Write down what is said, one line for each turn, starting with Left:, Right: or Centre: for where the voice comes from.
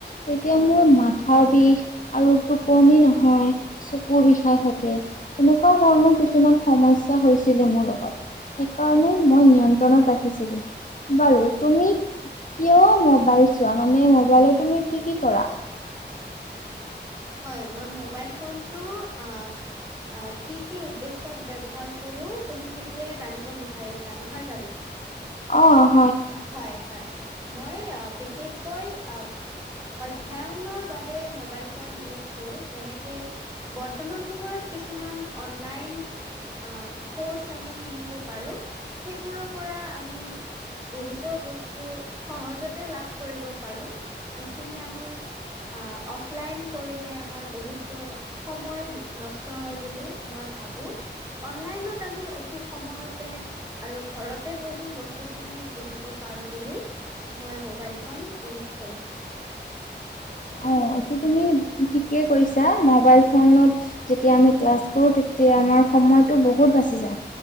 Left: তেতিয়া
Right: হয়।
Left: মোৰ মাথাৰ বিষ আৰু টোপনি নহয়, চকু বিষাই থাকে। এনেকুৱা ধৰণৰ কিছুমান সমস্যা হৈছিলে মোৰ লগত, সেইকাৰণে মই নিয়ন্ত্ৰণত ৰাখিছিলো। বাৰু তুমি কিয় মোবাইল চোৱা মানে, মবাইলত তুমি কি কি কৰা?
Right: হয় মই মোবাইল ফোনটো অ' অ কি কি উদ্দেশ্যত ব্যৱহাৰ কৰো তুমি সেইটোয়ে জানিব বিচাৰিছা নহয় জানো?
Left: অহ।
Right: হয় হয় মই বিশেষকৈ আহ অধ্যয়নৰ বাবে মোবাইল ফোন ইউজ কৰো যেনেকে বৰ্তমান সময়ত কিছুমান অনলাইন আহ কৰ্চ আমি কিনিব পাৰো সেইবোৰৰ পৰা আমি বহুতো বস্তু সহজতে লাভ কৰিব পাৰো যিখিনি আমি আ, অফলাইন কৰিলে আমাৰ বহুতো সময় বি, নষ্ট হয় বুলি মই ভাবোঁ, অনলাইনত আমি অতি সময়তে আৰু ঘৰতে বহি বস্তু খিনি বুজিব পাৰোঁ বুলি, মই মোবাইল ফোন ইউজ কৰোঁ।
Left: অ', এইটো তুমি ঠিকেই কৈছা মবাইল ফোনত যেতিয়া আমি ক্লাছ কৰোঁ, তেতিয়া আমাৰ <unintelligible> সময়তটো বহুত বাছি যায়।